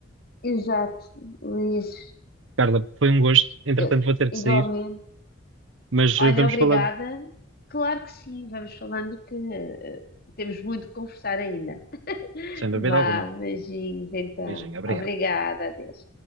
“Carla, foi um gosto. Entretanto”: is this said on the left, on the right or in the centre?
Right